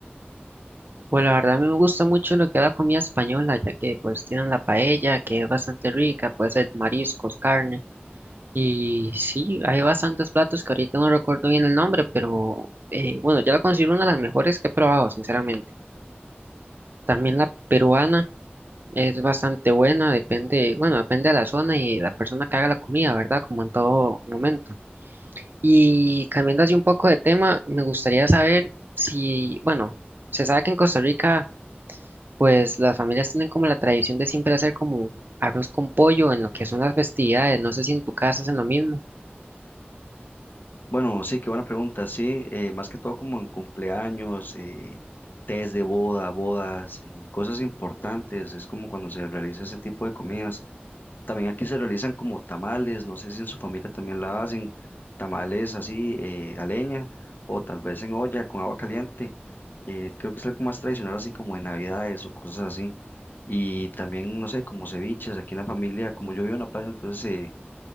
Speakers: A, on the right; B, on the left.
A: Pues la verdad a mí me gusta mucho lo que es la comida española, ya que pues tienen la paella, que es bastante rica, puede ser mariscos, carne. Y sí, hay bastantes platos que ahorita no recuerdo bien el nombre, pero eh, bueno, yo la considero una de las mejores que he probado, sinceramente. También la peruana es bastante buena, depende, bueno, depende de la zona y de la persona que haga la comida, ¿verdad? Como en todo momento. Y cambiando así un poco de tema, me gustaría saber si, bueno, se sabe que en Costa Rica, pues las familias tienen como la tradición de siempre hacer como arroz con pollo en lo que son las festividades. No sé si en tu casa hacen lo mismo.
B: Bueno, sí, qué buena pregunta. Sí, eh, más que todo como en cumpleaños, eh, tés de boda, bodas, eh, cosas importantes. Es como cuando se realiza ese tipo de comidas. También aquí se realizan como tamales. No sé si en su familia también la hacen. Tamales así eh, a leña o tal vez en olla con agua caliente. eh, creo que es algo más tradicional así como de navidades o cosas así. Y también, no sé, como ceviches. Aquí en la familia, como yo vivo en la playa, entonces... Eh,